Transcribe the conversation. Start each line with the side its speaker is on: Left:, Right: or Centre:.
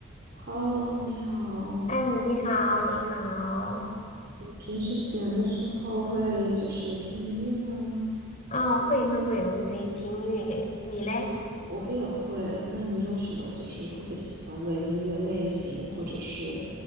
Right: Hello，你好。
Left: 哎，你好，你好，
Right: 你平时闲的时候会就是听音乐吗？
Left: 哦，会会会，我会听音乐，你嘞？
Right: 我也会。那你有什么就是特别喜欢的音乐类型，或者是